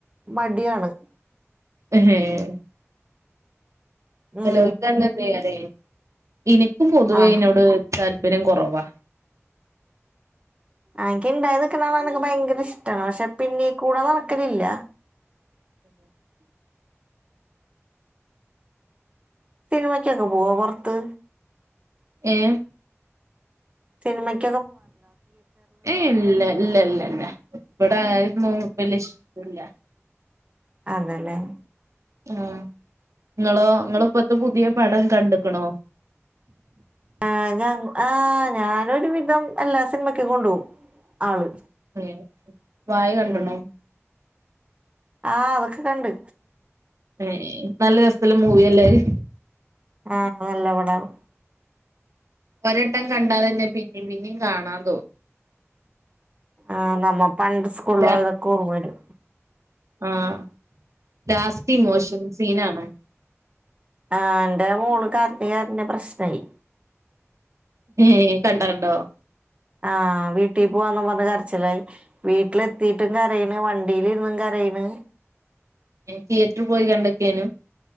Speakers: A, on the right (about 25°); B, on the right (about 85°).
A: മടിയാണ്
B: എഹേയ്
A: ഉം
B: ചേലോൽക്ക് <unintelligible> എനിക്കും പൊതുവേ
A: ആഹ്
B: അതിനോട് താല്പര്യം കുറവാ
A: എനിക്ക് ഇണ്ടായി നിക്കണത് കാണാൻ എനിക്ക് ഭയങ്കര ഇഷ്ടമാണ് പക്ഷെ പിന്നീ കൂടെ നടക്കലില്ല
B: <inaudible>
A: സിനിമയ്ക്കൊക്കെ പോവോ പുറത്ത്
B: ഏഹ്
A: സിനിമക്ക്‌
B: ഏഹ് ഇല്ല ഇല്ല ഇല്ല ഇല്ല ഇവിടെ അതൊന്നും വല്യയ ഇഷ്ടല്ല
A: അതെല്ലെ
B: ആഹ് നിങ്ങളോ നിങ്ങളിപ്പത്തെ പുതിയ പടം കണ്ടിക്കണോ
A: ആഹ് ഞാൻ ആഹ് ഞാനൊരു വിധം എല്ലാ സിനിമക്ക് കൊണ്ടുപോവും ആള്
B: ഏഹ് വാഴ കണ്ട്ണോ
A: ഉം ആഹ് അതൊക്കെ കണ്ട്
B: ഏഹ് നല്ല രസല്ല മൂവി അല്ലേ അത്
A: ആഹ് നല്ല പടാണ്
B: ഒരട്ടം കണ്ടാ തന്നെ പിന്നേം പിന്നേം കാണാൻ തോന്നും
A: ആഹ് നമ്മ പണ്ട് സ്കൂളിൽ
B: ലാ
A: പോയതൊക്കെ ഓർമ്മ വരും
B: ആഹ് ലാസ്റ്റ് ഇമോഷൻ സീനാണ്
A: ആഹ് എന്റെ മോള് കരഞ്ഞു കരഞ്ഞു പ്രശ്നായി
B: ഏഹ് കണ്ടാണ്ടോ?
A: ആഹ് വീട്ടീൽ പോവാന്ന് പറഞ്ഞ് കരച്ചിലായി വീട്ടിലെത്തിട്ടും കരയേണ് വണ്ടിലിരുന്നു കരയേണ്
B: തിയേറ്റർ പോയി കണ്ടൊക്കെയ്നു